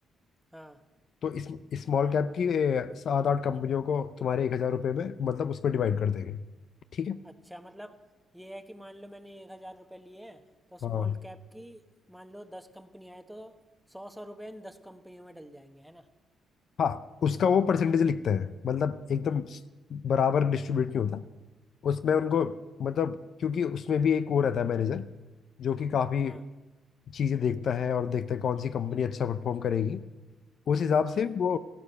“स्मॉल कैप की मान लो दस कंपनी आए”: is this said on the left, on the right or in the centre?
Centre